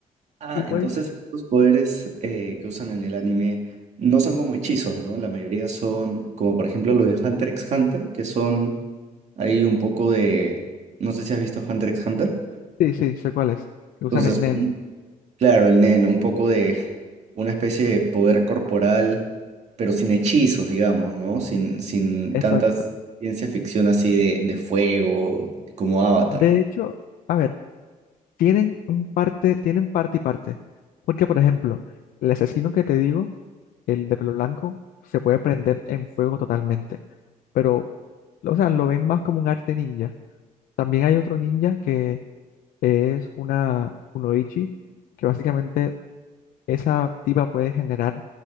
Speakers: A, on the right (about 50°); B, on the left (about 80°).
A: Ah,
B: Y pues,
A: entonces estos poderes eh, que usan en el anime no son como hechizos, ¿no? La mayoría son como por ejemplo los de Hunter x Hunter, que son ahí un poco de... No sé si has visto Hunter x Hunter.
B: sí, sí, sé cuál es, que usan
A: Entonces,
B: el Nen.
A: Claro, el Nen, un poco de una especie de poder corporal, pero sin hechizos, digamos, ¿no? Sin, sin
B: Exacto.
A: tantas ciencia ficción así de, de fuego, como Avatar.
B: De hecho, a ver, tienen un parte, tienen parte y parte. Porque, por ejemplo, el asesino que te digo, el de pelo blanco, se puede prender en fuego totalmente. Pero, o sea, lo ven más como un arte ninja. También hay otro ninja que es una kunoichi, que básicamente esa tipa puede generar